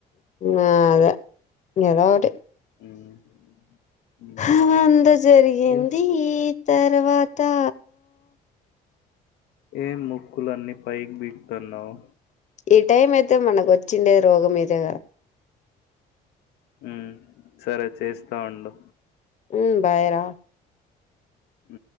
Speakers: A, on the left (about 45°); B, on the left (about 75°).
A: ఆ అదే ఇగ ఏదో ఒకటి.
B: ఉమ్, ఉమ్.
A: హా అంత జరిగింది
B: ఏం
A: ఈ తర్ తర్వాతా
B: ఏం ముక్కులన్నీ పైకి పీక్తన్నావు.
A: ఈ టైం అయితే మనకు వచ్చిండే రోగం ఇదే గదా.
B: ఊ సరే చేస్తా ఉండు.
A: ఊ బాయిరా
B: ఉ